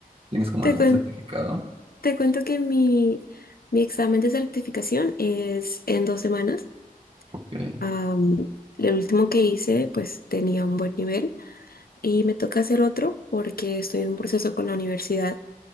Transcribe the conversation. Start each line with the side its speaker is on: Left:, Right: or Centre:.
Right: tienes como
Left: Te
Right: algún
Left: cuen-
Right: certificado?
Left: te cuento que mi, mi examen de certificación es en dos semanas.
Right: Ok.
Left: Am, el último que hice, pues tenía un buen nivel y me toca hacer otro porque estoy en un proceso con la universidad